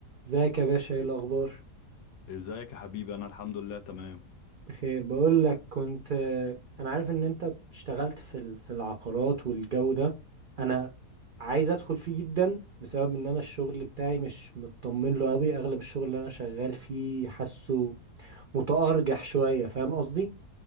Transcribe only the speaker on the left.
ازيك يا حبيبي انا الحمد لله تمام